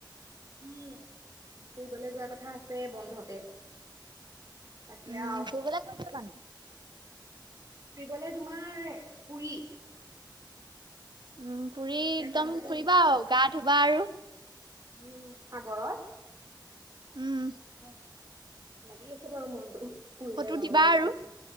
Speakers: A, on the right (about 40°); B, on the right (about 65°).
A: উম ফুৰিবলে যোৱা কথা আছে বন্ধতে। তাকে
B: উম্
A: আৰু
B: ফুৰিবলে কত যাবানো?
A: ফুৰিবলে তোমাৰ পুৰি।
B: উম পুৰি
A: পুৰীলে
B: একদম
A: যাম বুলি
B: ফুৰিবা
A: ভাবিছো
B: আও গা ধুবা আৰু।
A: উম সাগৰত।
B: উম,
A: তাকে ভাল লাগি আছে বাৰু মনটো পুৰিলে
B: ফটো
A: যাবলে
B: দিবা
A: ওলাই।
B: আৰু